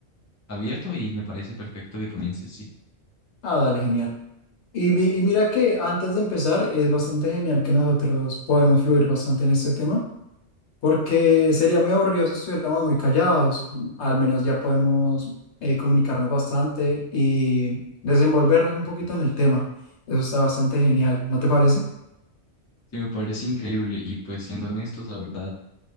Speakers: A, on the left; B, on the left.
A: abierto y me parece perfecto que comiences, sí.
B: Ah, dale, genial. Y, vi- y mira que antes de empezar es bastante genial que nosotros podemos fluir bastante en este tema, porque sería muy aburrido si estuviéramos muy callados. Al menos ya podemos eh, comunicarnos bastante y desenvolvernos un poquito en el tema. Eso está bastante genial, ¿no te parece?
A: Sí, me parece increíble y pues siendo honestos, la verdad.